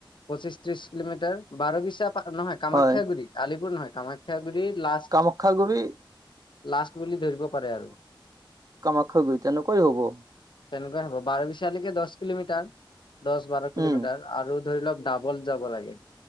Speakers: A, on the left (about 65°); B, on the right (about 45°).
A: পঁচিছ ত্ৰশ কিলোমিটাৰ, বাৰ বিছাত নহয় কামাখ্যাগুৰি,
B: হয়
A: আলিপুৰ নহয় কামাখ্যাাগুৰি লাষ্ট
B: কামখ্যাগুৰি
A: লাষ্ট বুলি ধৰিব পাৰে আৰু।
B: কামাখ্যাগুৰি তেনেকৈ হ'ব।
A: তেনেকুৱা হ'ব বাৰ বিচালৈকে দহ কিলোমিটাৰ দহ-বাৰ কিলোমিটাৰ
B: উম
A: আৰু ধৰিলক ডাবল যাব লাগে,